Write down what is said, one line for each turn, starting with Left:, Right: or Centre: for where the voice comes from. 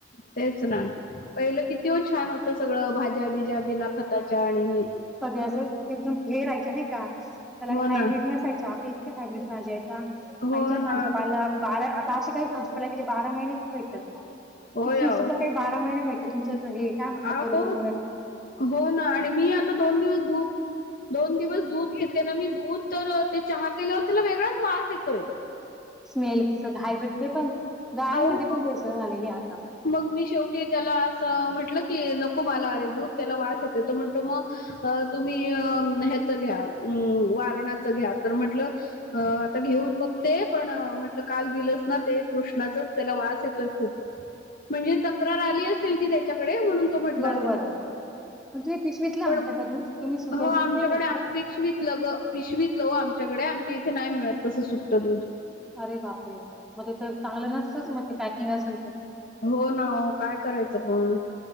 Left: तेच ना पहिलं किती हो छान होतं सगळं भाज्या बीज जा बिना खताच्या आणि.
Centre: ते असं एकदम हे रायच्या नाही का त्याला
Left: हो ना.
Centre: हायब्रिडनेसय आता एके हायब्र्रीड भाज्यायता.
Left: हो
Centre: म्हज्या भाजी
Left: ना.
Centre: पा बारा आता अशी काही भाजीपाला बारा महिने पण भेट.
Left: होय
Centre: ते फ्रूट
Left: अहो.
Centre: सुद्धा काही बारा महिने पाहि तुमचं हे काय मग
Left: अहो
Centre: तरबूज वगैरा.
Left: हो ना आणि मी आता दोन दिवस दू दोन दिवस दूध घेते ना मी दूध तर ते चहा केल्यावर त्याला वेगळाच वास येतोय.
Centre: स्मेल सगळं हायब्रिड ते पण गाईमध्ये
Left: अहो
Centre: पण भेसळ झालेली आहे आता.
Left: मग मी शेवटी त्याला असं म्हंटलं की नको मला अरे दूध त्याला वास येते त म्हणतो मग तुम्ही अ ह्याच घ्या वारण. घ्या तर म्हटलंआ तर घेऊन बघते, पण म्हटलं काल दिलंच ना ते कृष्णाचा त्याला वास येतोय खूप. म्हणजे तक्रार ती त्या म्हण म्हट
Centre: बरोबर मग तुम्ही पिशवीतलं आणता
Left: असल
Centre: का दूध तुम्ही सुटं
Left: आमच्याक
Centre: दूध नाही घेत
Left: आत
Centre: का
Left: पिशवीत ल ग पिशवीत लव आमच्याकडे आमच्या इथे नाही मिळत तसं सुट्टं दूध.
Centre: अरे बापरे मध्ये तर चांगलं नसतंच मग. पॅकिंग असेल तर
Left: हो ना हो काय करायचं पण